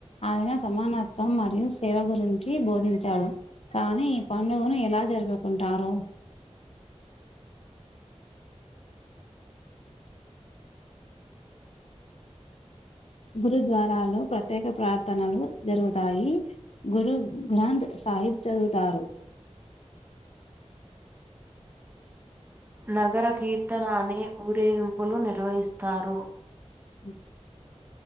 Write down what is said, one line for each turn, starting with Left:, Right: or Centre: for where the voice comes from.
Left: ఆయన సమానత్వం మరియు సేవ గురించి బోధించాడు కానీ, ఈ పండుగను ఎలా జరుపుకుంటారు. గురుద్వారాలో ప్రత్యేక ప్రార్థనలు జరుగుతాయి, గురు గ్రంథ్ సాహిబ్ చదువుతారు.
Right: నగర కీర్తన అనే ఊరేగింపులు నిర్వహిస్తారు.
Left: అ.